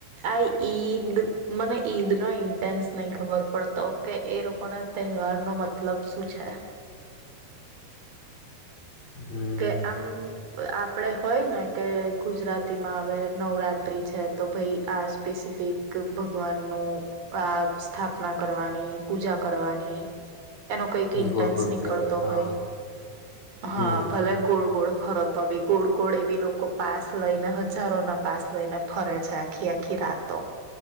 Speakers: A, on the right; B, on the left.
A: આ ઈદ મને ઈદ નો ઇન્ટેન્સ નહી ખબર પડતો કે એ લોકો ના તહેવાર નો મતલબ શું છે
B: હમ
A: કે આમ આપડે હોય ને કે ગુજરાતીમાં હવે નવરાત્ર્રી છે તો ભાઈ આ સ્પેસિફિક ભગવાનનુંું આ સ્થાપના કરવાની પૂજા કરવાની એનો કઈક ઇન્ટેન્સ
B: ગોળ ગોળ
A: નીકળતો
B: ફરો હા
A: હોય હા
B: હમ
A: ગોળ ગોળ ફરતો બી ગોળ ગોળ એ બી લોકો પાસ લઈને હજારો ના પાસ લઈને ફરે છે આખી આખી રાતો